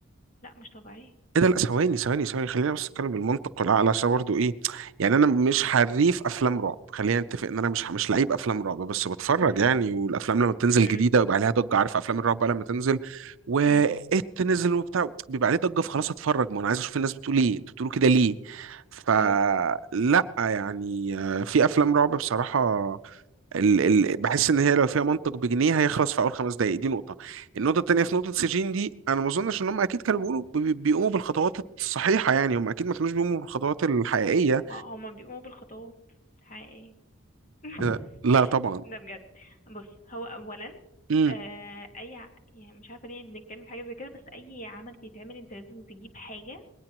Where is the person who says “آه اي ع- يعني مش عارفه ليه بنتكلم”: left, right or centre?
Left